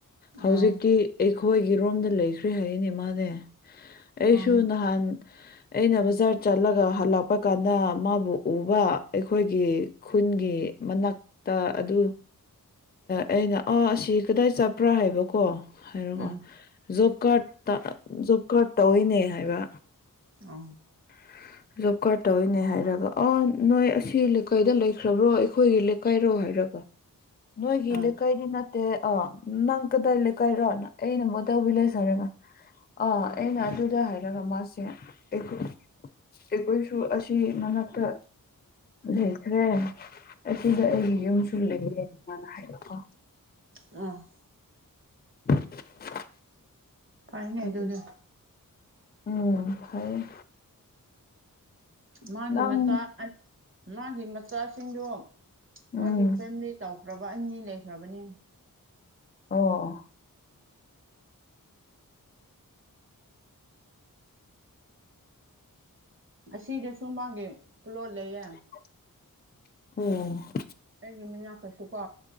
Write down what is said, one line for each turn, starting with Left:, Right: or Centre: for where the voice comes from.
Left: ꯍꯧꯖꯤꯛꯇꯤ
Right: ꯑꯣ
Left: ꯑꯩꯈꯣꯏꯒꯤ ꯔꯣꯝꯗ ꯂꯩꯈ꯭ꯔꯦ ꯍꯥꯏꯅꯦ ꯃꯥꯅꯦ ꯑꯩꯁꯨ
Right: ꯑꯣ
Left: ꯅꯍꯥꯟ ꯑꯩꯅ ꯕꯖꯥꯔ ꯆꯠꯂꯒ ꯍꯜꯂꯛꯄ ꯀꯥꯟꯗ ꯃꯥꯕꯨ ꯎꯕ ꯑꯩꯈꯣꯏꯒꯤ ꯈꯨꯟꯒꯤ ꯃꯅꯥꯛ ꯇ ꯑꯗꯨ ꯑꯩꯅ ꯑꯥ ꯑꯁꯤ ꯀꯗꯥꯏ ꯆꯠꯄ꯭ꯔꯥ ꯍꯥꯏꯕꯀꯣ ꯍꯥꯏꯔꯣꯀꯣ
Right: ꯎꯝ
Left: ꯖꯣꯕ ꯀꯥꯔꯠꯇ ꯖꯣꯕ ꯀꯥꯔꯠ ꯇꯧꯋꯤꯅꯦ ꯍꯥꯏꯕ
Right: ꯑꯣ
Left: <inaudible> ꯖꯣꯛ ꯀꯥꯔ ꯇꯧꯏꯅꯦ ꯍꯥꯏꯔꯒ ꯑꯣ ꯅꯣꯏ ꯑꯁꯤ ꯂꯩꯀꯩꯗ ꯂꯩꯈ꯭ꯔꯕ꯭ꯔꯣ ꯑꯩꯈꯣꯏꯒꯤ ꯂꯩ ꯀꯣꯏꯔꯣ ꯍꯥꯏꯔꯒ ꯅꯣꯏꯒꯤ
Right: ꯑꯥ
Left: ꯂꯩꯀꯥꯏꯗꯤ ꯅꯠ ꯇꯦ ꯑ ꯅꯪ ꯀꯗꯥꯏ ꯂꯩꯀꯥꯏꯔꯅ ꯑꯩꯅ ꯃꯣꯇꯥꯎ ꯚꯤꯂꯦꯁ ꯍꯥꯏꯔꯒ ꯑꯥ ꯑꯩꯅ ꯑꯗꯨꯗ ꯍꯥꯏꯔꯒ ꯃꯥꯁꯦ ꯑꯩꯈ ꯑꯩꯈꯣꯏꯁꯨ ꯑꯁꯤ ꯃꯅꯥꯛꯇ ꯂꯩꯈ꯭ꯔꯦ ꯗꯨꯗ ꯑꯩꯒꯤ ꯌꯨꯝꯁꯨ ꯂꯩꯌꯦ ꯃꯥꯅ ꯍꯥꯏꯕꯀꯣ
Right: ꯎꯝ ꯑ
Left: <inaudible>
Right: ꯐꯩꯅꯦ
Left: ꯑꯗꯨ
Right: ꯑꯗꯨꯗꯤ
Left: ꯎꯝ ꯐꯩ
Right: ꯃꯥꯒꯤ
Left: ꯅꯪ
Right: ꯃꯆꯥ ꯃꯥꯒꯤ ꯃꯆꯥꯁꯤꯡꯗꯨ ꯃꯣꯏꯒꯤ
Left: ꯎꯝ
Right: ꯐꯦꯃꯤꯂꯤ ꯇꯧ ꯔꯣꯕ ꯑꯅꯤ ꯂꯩꯈ꯭ꯔꯕꯅꯤ
Left: ꯑꯣ
Right: ꯑꯁꯤꯗꯁꯨ ꯃꯥꯒꯤ ꯂꯣꯜꯂꯩꯌꯦ
Left: ꯑꯣ
Right: ꯑꯩꯒꯤ ꯃꯤꯅꯥꯛꯇꯁꯨꯀꯣ